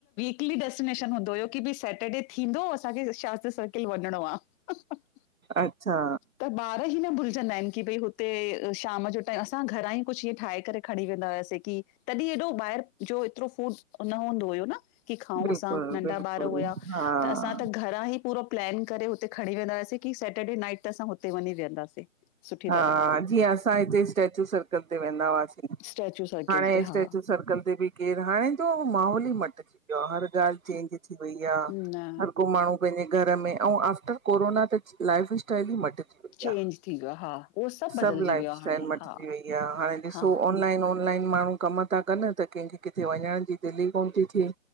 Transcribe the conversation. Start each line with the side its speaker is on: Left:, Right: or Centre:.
Left: हिकली डेस्टिनेशन हूंदो हुयो कि भई सैटरडे थींदो असांखे शास्त्री सर्किल वंञिणो आ। ह <inaudible>
Right: अच्छा!
Left: त ॿार ई न भुलजंदा आहिन कि भई हुते शाम जो टाइम असां घरां ई कुछु ईअं ठाहे करे खणी वेंदा हुआसीं कि तॾहिं हेॾो ॿाहिर जो एतिरो फूड न हूंदो हुयो न। कि खाऊं
Right: बिल्कुलु
Left: असां, नंढा
Right: बिल्कुलु
Left: ॿार हुया
Right: हा
Left: त असां त घरां ई पूरो प्लैन करे हुते खंणी वेंदा हुआसीं कि सेटरडे नाइट ते असां हुते वंञी वेहंदासीं। सुठी
Right: हा
Left: तरह
Right: जीअं असां हिते स्टेचू सर्कल ते वेंदा हुआसीं।
Left: स्टैचू सर्किल
Right: हाणे
Left: ते
Right: स्टेचू
Left: हा
Right: सर्कल ते बि केरु हा, णे जो माहौल ई मटजी वियो आ, हर ॻाल्हि चेंज थी वई आ,
Left: न
Right: हर को माण्हू पंहिंजे घर में, ऐं आफ्टर कोरोना त लाइफ स्टाइल ई मटिजी वई
Left: चेंज
Right: आहे
Left: थी वियो आ, हा। उहो
Right: सभु
Left: बदिलजी
Right: लाइफ
Left: वियो आहे
Right: स्टाइल
Left: हाणे
Right: मटिजी
Left: हा
Right: वई आ, हाणे ॾिसो
Left: हा
Right: ऑनलाइन- ऑनलाइन माण्हू कम था कनि त कंहिंखे किथे वञण जी दिल ई कोन थी थिए।